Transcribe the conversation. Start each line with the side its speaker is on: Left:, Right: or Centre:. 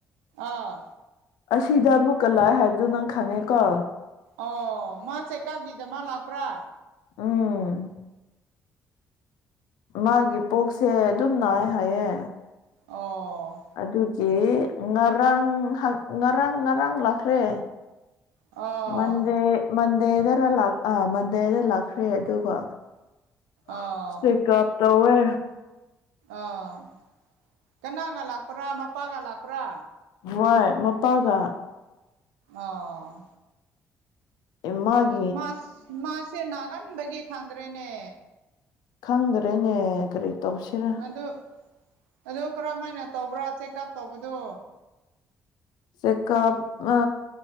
Right: ꯑꯥ
Left: ꯑꯁꯤꯗ ꯑꯃꯨꯛꯀ ꯂꯥꯛꯑꯦ ꯍꯥꯏꯕꯗꯣ ꯅꯪ ꯈꯪꯉꯦꯀꯣ
Right: ꯑꯣ ꯃꯥ ꯆꯦꯛꯀꯥꯞꯒꯤꯗ ꯃꯛ ꯂꯥꯛꯄ꯭ꯔꯥ?
Left: ꯎꯝ ꯃꯥꯒꯤ ꯄꯨꯛꯁꯦ ꯑꯗꯨꯝ ꯅꯥꯏ ꯍꯥꯏꯌꯦ꯫
Right: ꯑꯣ
Left: ꯑꯗꯨꯒꯤ ꯉꯔꯥꯡ ꯍꯪ ꯉꯔꯥꯡ ꯉꯔꯥꯡ ꯂꯥꯛꯈ꯭ꯔꯦ
Right: ꯑꯣ
Left: ꯃꯟꯗꯦ ꯃꯟꯗꯦꯗꯔꯥ ꯂꯥꯛ ꯑ ꯃꯟꯗꯦꯗ ꯂꯥꯛꯈ꯭ꯔꯦ ꯑꯗꯨꯒ ꯍꯥ
Right: ꯑꯣ
Left: ꯆꯦꯀꯞ ꯇꯧꯋꯦ
Right: ꯑꯣ ꯀꯅꯥꯒ ꯂꯥꯛꯄ꯭ꯔꯥ ꯃꯄꯥꯒ ꯂꯥꯛꯄ꯭ꯔꯥ?
Left: ꯋꯥꯏ ꯃꯄꯥꯒ
Right: ꯑꯣ
Left: ꯏꯃꯥꯒꯤ
Right: ꯃꯥꯁ ꯃꯥꯁꯦ ꯅꯥꯒꯟꯕꯒꯤ ꯈꯪꯗ꯭ꯔꯦꯅꯦ
Left: ꯈꯪꯗ꯭ꯔꯦꯅꯦ ꯀꯔꯤ ꯇꯧꯁꯤꯔꯥ
Right: ꯑꯗꯨ ꯑꯗꯨ ꯀꯔꯝꯃꯥꯏꯅ ꯇꯧꯕ꯭ꯔꯥ ꯆꯦꯛꯀꯞ ꯇꯧꯕꯗꯨ?
Left: ꯆꯦꯀꯥꯞ ꯑ